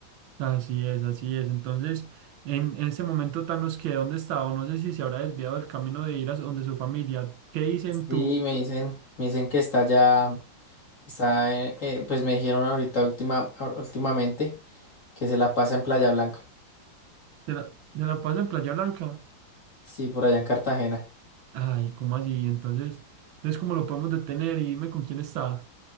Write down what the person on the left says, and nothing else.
Sí,
me dicen, me dicen que está ya, está, eh, eh, pues me dijeron ahorita última, últimamente que se la pasa en Playa Blanca,
sí, por allá en Cartagena.